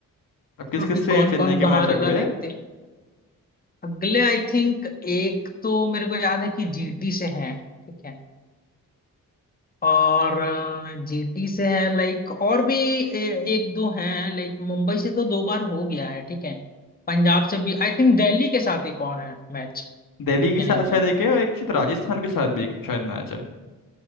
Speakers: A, on the left (about 65°); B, on the left (about 25°).
A: अब किस
B: तो
A: किस
B: अभी
A: से
B: कौन
A: हैं चेन्नई
B: कौन
A: के
B: बाहर
A: मैच अगले
B: होगा देखते हैं अगले आई थिंक एक तो मेरे को याद है कि जीटी से है ठीक है और जीटी से है लाइक और भी ए, एक दो हैं लाइक मुंबई से तो दो बार हो गया है ठीक है पंजाब से भी आई थिंक दिल्ली के साथ एक और है मैच
A: दिल्ली
B: चेन्नई
A: के साथ
B: का
A: शायद एक है और एक शायद राजस्थान के साथ भी एक शायद मैच है